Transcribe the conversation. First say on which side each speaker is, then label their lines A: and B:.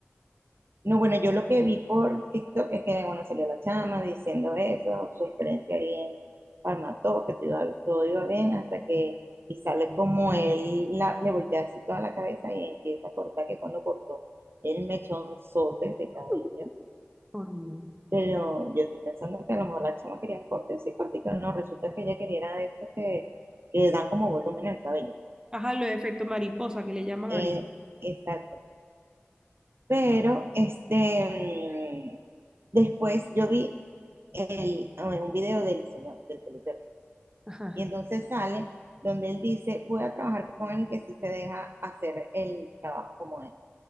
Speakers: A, on the right; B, on the right.
A: No, bueno, yo lo que vi por TikTok es que, bueno, salió la chama diciendo eso, su experiencia ahí en Palmató, que todo iba, todo iba bien, hasta que, y sale como él la- le voltea así toda la cabeza y empieza a cortar, que cuando cortó el mechonzote de cabello
B: Mm, Horrible.
A: Pero yo estoy pensando que a lo mejor la chama quería corte así cortico, no, resulta que ella quería era de estos que, que le dan como volumen al cabello.
B: Ajá, los efectos mariposa que le llaman
A: Eh,
B: ahorita.
A: exacto. Pero, este, mm, después yo vi el- ah, un video del señor, del peluquero,
B: Ajá.
A: y entonces sale donde él dice, voy a trabajar con alguien que sí se deja hacer el trabajo como es.